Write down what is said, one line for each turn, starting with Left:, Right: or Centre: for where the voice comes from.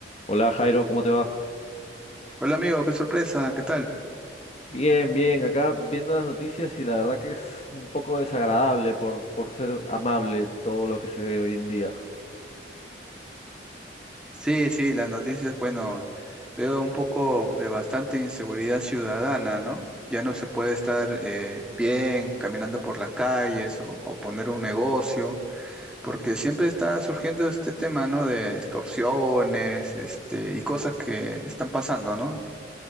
Left: Hola Jairo, ¿cómo te va?
Centre: Hola amigo, qué sorpresa, ¿qué tal?
Left: Bien, bien, acá viendo las noticias y la verdad que es un poco desagradable por, por ser amable todo lo que se ve hoy en día.
Centre: Sí, sí, las noticias, bueno, veo un poco de bastante inseguridad ciudadana, ¿no? Ya no se puede estar eh, bien caminando por las calles o, o poner un negocio, porque siempre está surgiendo este tema, ¿no? De extorsiones, este, y cosas que están pasando, ¿no?